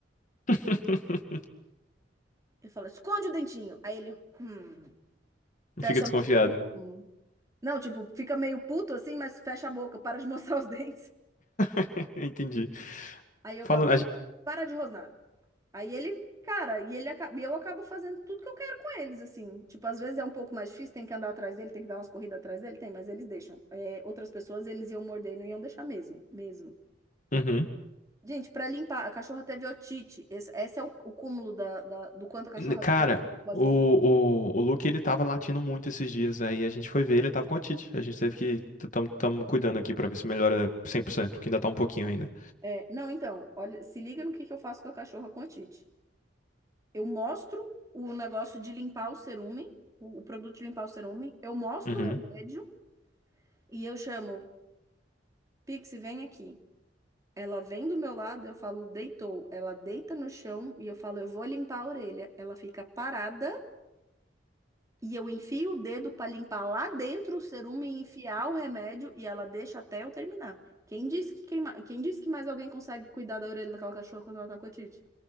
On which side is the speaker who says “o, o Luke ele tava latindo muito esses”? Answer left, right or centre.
Left